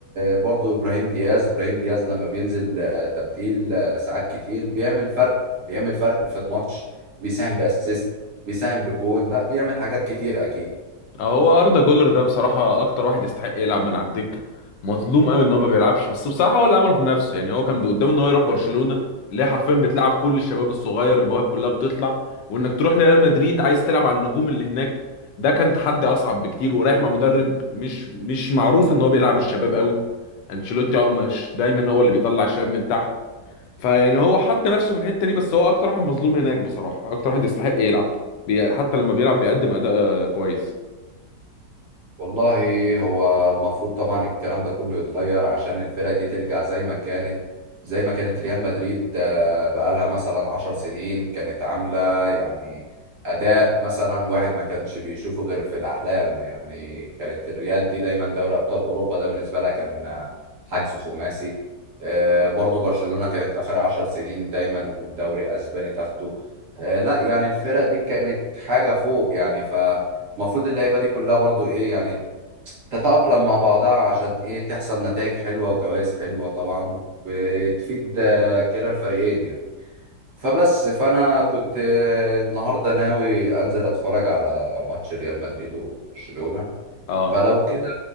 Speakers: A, on the right; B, on the left.
A: برضه إبراهيم دياز إبراهيم دياز لما بينزل آه، تبديل آه، ساعات كتير بيعمل فرق بيعمل فرق في الماتش بيساهم بأسيست بيساهم بجون لا بيعمل حاجات كتير أكيد
B: هو اردا جولر ده بصراحه اكتر واحد يستحق يلعب من على الدكه مظلوم قوي ان هو ما بيلعبش بس بصراحه هو اللي عمله في نفسه يعني هو كان قدامه ان هو يروح برشلونه اللي هي حرفيا بتلعب كل الشباب الصغير المواهب كلها بتطلع وانك تروح لريال مدريد عايز تلعب على النجوم اللي هناك ده كان تحدي اصعب بكتير ورايح مع مدرب مش مش معروف ان هو بيلعب الشباب قوي انشيلوتي هو مش دايما هو اللي بيطلع الشباب من تحت فيعني هو حط نفسه في الحته دي بس هو اكتر واحد مظلوم هناك بصراحه اكتر واحد يستحق يلعب بي- حتى لما بيلعب بيقدم اداء آه، كويس
A: والله هو المفروض طبعا الكلام ده كله يتغير عشان الفرقة دي ترجع زي ما كانت زي ما كانت ريال مدريد آه، بقالها مثلا عشر سنين كانت عاملة يعني أداء مثلا الواحد ما كانش بيشوفه غير في الأحلام يعني كانت الريال دي دايما دوري أبطال أوروبا ده بالنسبة لها كان آه، حجز خماسي آه، برضو برشلونة كانت آخر عشر سنين دايما دوري أسباني تاخده آه، لا يعني الفرقة دي كانت حاجة فوق يعني ف المفروض اللعيبه دي كلها برضو ايه يعني تتأقلم مع بعضها عشان ايه تحصل نتائج حلوة وجوائز حلوة طبعا وتفيد آه، كلا الفريقين يعني فبس فأنا كنت آه، النهاردة ناوي أنزل أتفرج على ماتش ريال مدريد وبرشلونة
B: اه
A: فلو كده